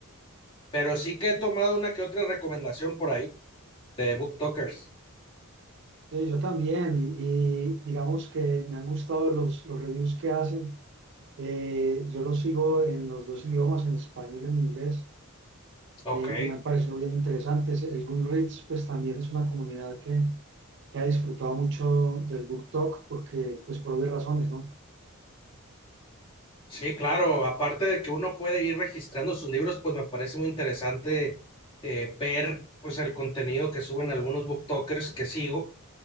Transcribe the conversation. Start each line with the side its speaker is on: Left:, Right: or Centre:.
Left: Pero sí que he tomado una que otra recomendación por ahí de BookTokers.
Right: sí, yo también. Y, y digamos que me han gustado los, los reviews que hacen. Eh, yo los sigo en los dos idiomas, en español y en inglés,
Left: Ok.
Right: eh, y me han parecido bien interesantes. El Goodreads, pues también es una comunidad que, que ha disfrutado mucho del Book Talk, porque, pues por obvias razones, ¿no?
Left: Sí, claro, aparte de que uno puede ir registrando sus libros, pues me parece muy interesante eh, ver pues el contenido que suben algunos booktokers que sigo.